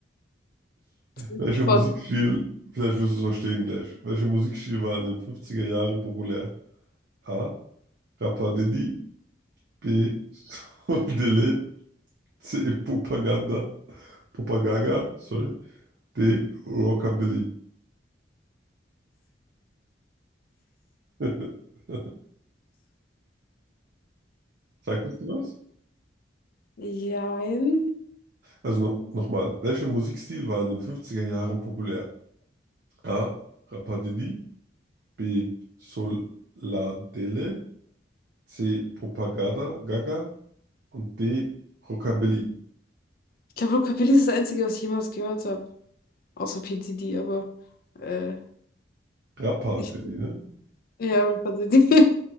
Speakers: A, on the left; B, on the right.
A: Bin
B: Welcher
A: gespannt.
B: Musikstil, vielleicht wirst du es verstehen gleich. Welcher Musikstil war in den fünfziger Jahren populär? A. Rapadiddy. B. Sundele. <laughs> C. Propaganda. Propagaga Sorry. D. Rockabilly. <laughs> Sagt das dir was?
A: Jein.
B: Also no nochmal. Welcher Musikstil war in den 50er Jahren populär? A. Rapadidi. B. Soladele. C. Propaganda. Gaga. Und D. Rockabilly.
A: Ich glaube, Rockabilly ist das Einzige, was ich jemals gehört habe. Außer P. Diddy, aber äh,
B: Rapadidi,
A: ich.
B: ne?
A: Ja, Rapper Diddy. <laughs>